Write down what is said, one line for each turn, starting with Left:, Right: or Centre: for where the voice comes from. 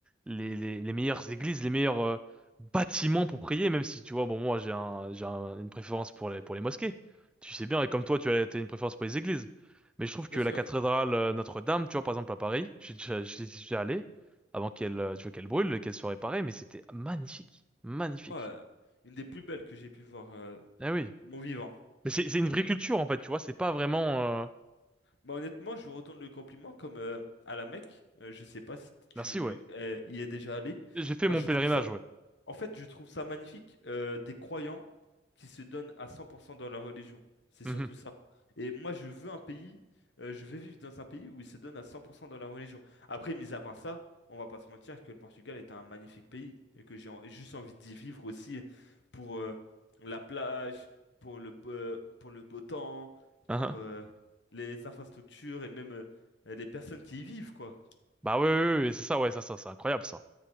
Centre: les, les, les meilleures églises, les meilleurs euh, bâtiments pour prier, même si tu vois, bon, moi j'ai un, j'ai un- une préférence pour les, pour les mosquées. Tu sais bien, et comme toi, tu as t'as une préférence pour les églises. Mais je trouve que
Left: Bien sûr.
Centre: la cathédrale euh, Notre-Dame, tu vois, par exemple à Paris, j'y suis déjà j'y suis déjà allé avant qu'elle, euh, tu vois, qu'elle brûle, qu'elle soit réparée, mais c'était magnifique, magnifique.
Left: Ouais, une des plus belles que j'ai pu voir euh,
Centre: Ah oui.
Left: de mon vivant.
Centre: Mais c'est c'est une vraie culture en fait, tu vois, c'est pas vraiment.
Left: Mm.
Centre: euh,
Left: Bah, honnêtement, je vous retourne le compliment comme euh, à la Mecque. euh, je sais pas si tu
Centre: Merci, ouais.
Left: euh, y es déjà allé.
Centre: J'ai fait
Left: Bah,
Centre: mon
Left: je
Centre: pèlerinage,
Left: trouve ça.
Centre: ouais.
Left: En fait, je trouve ça magnifique, euh, des croyants qui se donnent à 100% dans leur religion. C'est
Centre: Mhm.
Left: surtout ça. Et moi, je veux un pays, euh, je veux vivre dans un pays où ils se donnent à 100% dans leur religion. Après, mis à part ça, on va pas se mentir que le Portugal est un magnifique pays et que j'ai en- juste envie d'y vivre aussi pour euh, la plage, pour le, be- euh, pour le beau temps,
Centre: Ahin.
Left: pour euh, les infrastructures et même euh, les personnes qui y vivent, quoi.
Centre: Bah ouais, ouais, ouais, ouais, c'est ça, ouais, ça, ça, c'est incroyable ça.